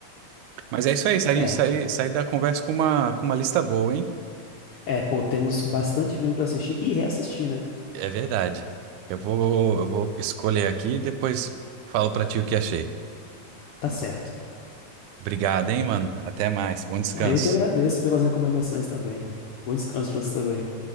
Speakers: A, on the right (about 85°); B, on the left (about 70°).
A: Mas é isso aí, saí,
B: É,
A: saí, saí da conversa com uma, com uma lista boa, hein?
B: é, pô, temos bastante filme pra assistir e reassistir, né?
A: É verdade. Eu vou, eu vou escolher aqui e depois falo pra ti o que achei.
B: Tá certo.
A: Obrigado, hein, mano. Até mais. Bom descanso.
B: Não, eu que agradeço pelas recomendações também. Bom descanso para você também.